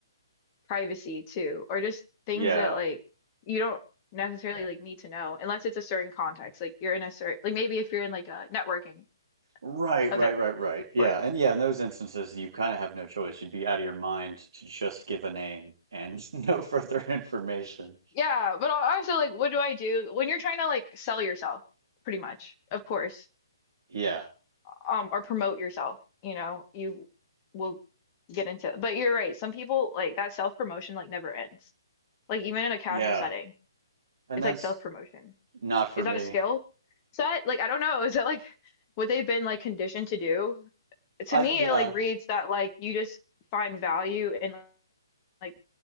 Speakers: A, on the left; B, on the right.
A: privacy too, or just things
B: Yeah.
A: that like you don't necessarily like need to know unless it's a certain context. Like you're in a certain like maybe if you're in like a networking
B: Right,
A: event,
B: right, right, right.
A: of
B: Yeah.
A: course
B: And yeah, in those instances, you kind of have no choice. You'd be out of your mind to just give a name and <laughs> no further information.
A: Yeah, but al- also like what do I do when you're trying to like sell yourself, pretty much, of course,
B: Yeah.
A: um, or promote yourself, you know, you will get into But you're right, some people like that self-promotion like never ends. Like even in a casual
B: Yeah.
A: setting,
B: And
A: it's
B: that's
A: like self-promotion.
B: not for
A: Is
B: me.
A: that a skill set? Like I don't know. Is that like what they've been like conditioned to do? To
B: I
A: me,
B: yeah,
A: it like reads that like you just find value in like